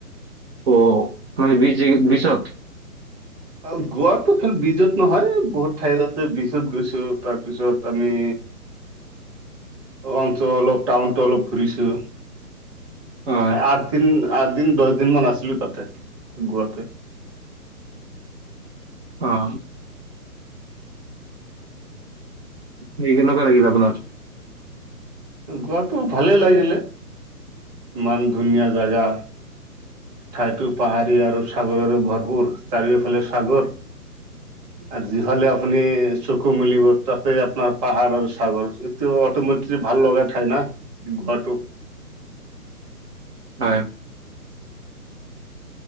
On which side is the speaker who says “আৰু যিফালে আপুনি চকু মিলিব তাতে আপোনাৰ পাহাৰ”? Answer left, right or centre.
Right